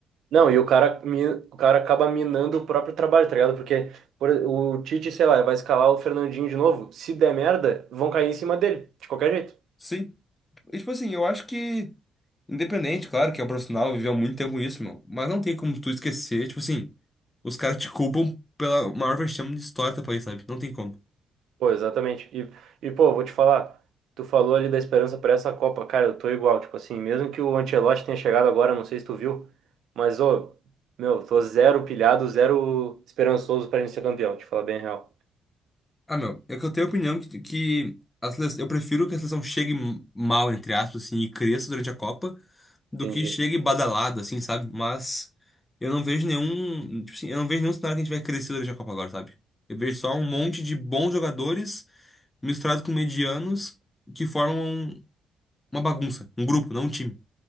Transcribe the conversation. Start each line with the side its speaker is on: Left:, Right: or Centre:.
Right: não, e o cara, mi- o cara acaba minando o próprio trabalho, tá ligado? Porque por- o Tite, sei lá, vai escalar o Fernandinho de novo. Se der merda, vão cair em cima dele, de qualquer jeito.
Left: Sim. E, tipo assim, eu acho que, independente, claro, que é um profissional, viveu há muito tempo isso, meu. Mas não tem como tu esquecer, tipo assim, os caras te culpam pela maior vexame de história do teu país, sabe? Não tem como.
Right: Pô, exatamente. E, e, pô, vou te falar, tu falou ali da esperança para essa Copa. Cara, eu tô igual, tipo assim, mesmo que o Ancelotti tenha chegado agora, não sei se tu viu, mas, ô, meu, tô zero pilhado, zero esperançoso pra gente ser campeão, te falar bem a real.
Left: Ah, meu, é que eu tenho a opinião que, que a seleção, eu prefiro que a seleção chegue mal, entre aspas, assim, e cresça durante a Copa, do
Right: Entendi.
Left: que chegue badalado, assim, sabe? Mas eu não vejo nenhum, tipo assim, eu não vejo nenhum cenário que a gente vai crescer durante a Copa agora, sabe? Eu vejo só um monte de bons jogadores misturados com medianos que formam. uma bagunça, um grupo, não um time.